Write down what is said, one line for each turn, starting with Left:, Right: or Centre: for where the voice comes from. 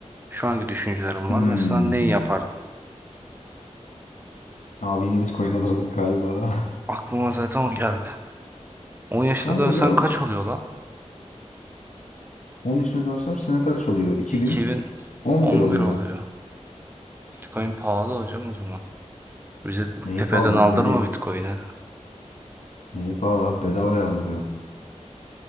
Right: Şu anki düşüncelerin
Left: Hmm.
Right: var. Mesela neyi yapardın?
Left: Abi yine Bitcoin alırdık galiba.
Right: Aklıma zaten o geldi. 10 yaşına
Left: <laughs> Kanka
Right: dönsen
Left: ya
Right: kaç oluyor la?
Left: 10 yaşını dönsem sene kaç oluyor? 2011
Right: 2011
Left: oluyor.
Right: oluyor. Bitcoin pahalı hocam o zaman. Bize
Left: Neyi
Right: tepeden
Left: pahalı lan
Right: aldırma
Left: deli.
Right: Bitcoin'i.
Left: Neyi pahalı abi bedavaya aldırıyor.